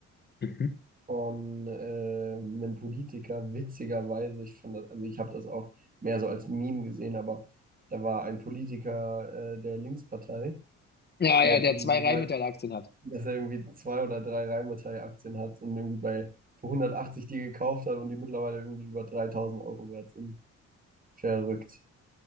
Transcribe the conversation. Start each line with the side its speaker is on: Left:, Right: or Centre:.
Left: Mhm.
Right: von äh, einem Politiker, witzigerweise. Ich fand das, also ich habe das auch mehr so als Meme gesehen, aber da war ein Politiker äh, der Linkspartei
Left: Ja,
Right: und
Left: ja,
Right: der hat
Left: der
Right: irgendwie
Left: zwei
Right: gesagt,
Left: Rheinmetall-Aktien hat.
Right: dass er irgendwie zwei oder drei Rheinmetall-Aktien hat und irgendwie bei für 180 die gekauft hat und die mittlerweile irgendwie über 3000 Euro wert sind. Verrückt.